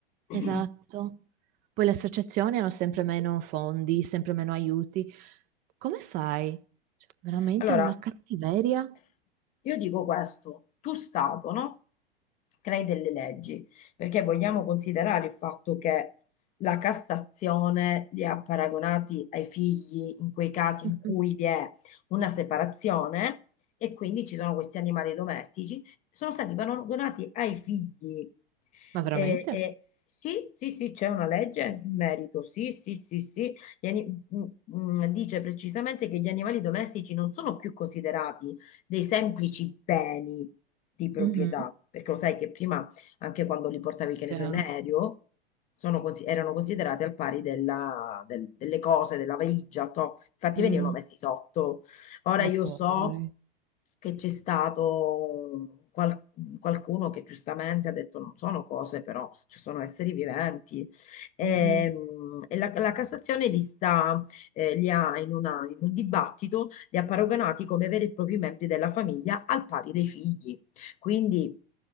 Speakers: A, on the left; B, on the right.
A: <clears throat>
B: Esatto. Poi le associazioni hanno sempre meno fondi, sempre meno aiuti. Come fai? Cioè, veramente
A: Allora,
B: una cattiveria?
A: Io dico questo, tu Stato, no? Crei delle leggi, perché vogliamo considerare il fatto che la Cassazione li ha paragonati ai figli in quei casi in
B: Mm-mm.
A: cui vi è una separazione e quindi ci sono questi animali domestici, sono stati paragonati ai figli.
B: Ma veramente?
A: E, e- sì, sì, sì, c'è una legge in merito, sì, sì, sì, sì. Gli ani- mm, mm, dice precisamente che gli animali domestici non sono più considerati dei semplici beni di proprietà,
B: Mhm.
A: perché lo sai che prima, anche quando li portavi, che
B: Cioè,
A: ne so, in aereo, sono così- erano considerati al pari della- del- delle cose, della valigia, toh. Infatti
B: mm,
A: venivano messi sotto. Ora
B: ma
A: io
B: poveri.
A: so che c'è stato qual- qualcuno che giustamente ha detto non sono cose, però ci sono esseri viventi. E,
B: Mm-mm.
A: mh, e la, la Cassazione li sta, eh, li ha in, una- in un dibattito, li ha paragonati come veri e propri membri della famiglia al pari dei figli. Quindi